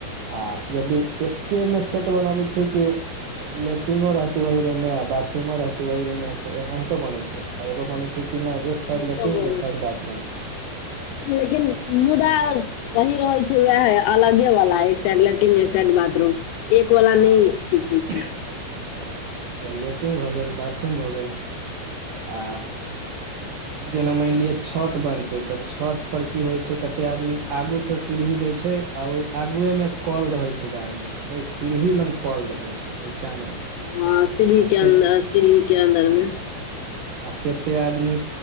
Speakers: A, on the right; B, on the left.
A: आ यदि एक मे सेट बनबै छै कि लेट्रिनो रहतै वही रूम मे बाथरूमो रहतैवहहि रूम में तऽ एनाहितो बने छै आ एगो बने छै कि नहि एक
B: एनाहितो
A: साइड लेट्रिन
B: बनै
A: एक
B: छै
A: साइड बाथरूम
B: लेकिन मुदा सही रहै छै उएह अलगे वाला एक साइड लेट्रिन एक साइड बाथरूम एक वाला नहि
A: हँ <inaudible>
B: ठीक होइ छै
A: हँ तऽ लेट्रिन भऽ गेल बाथरूम भऽ गेल आ
B: <unintelligible> <inaudible>
A: जेना मानि लिअ छत बनतै तऽ छत बनतै होइ छैजे कते आदमी आगूसँ सीढ़ी दै छै आ ओहि आगुए में कल रहे छैय गारने ओहि सिढ़ी लग कल रहै छैय नीचा मे
B: हँ सीढ़ी
A: आ
B: अन्दर
A: के
B: सीढ़ी के अन्दर मे
A: आ कतेक आदमी